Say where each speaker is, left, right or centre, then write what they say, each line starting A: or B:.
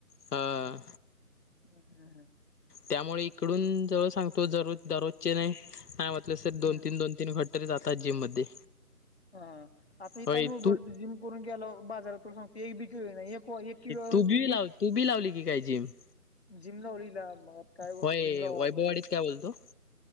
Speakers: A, on the left (about 80°); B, on the left (about 45°).
A: हा
B: हम्म हम्म
A: त्यामुळे इकडून जवळ सांगतो जररोज दररोजचे नाही नाही म्हटलं सर दोन
B: हम्म.
A: तीन दोन तीन घट तरी जातात जिम मध्ये
B: हा आता इथं
A: होय
B: आम्ही उभे
A: तू
B: जिम करून केलं बाजारात करून सांगतो एक बि केळी नाही. एक एक किलो
A: तू
B: होती
A: बी लावली तू बी लावली की काय जिम?
B: जिम लावली मग काय करतो
A: होय
B: जिमला लावव
A: वैभववाडीत
B: म्हणलं
A: काय बोलतो?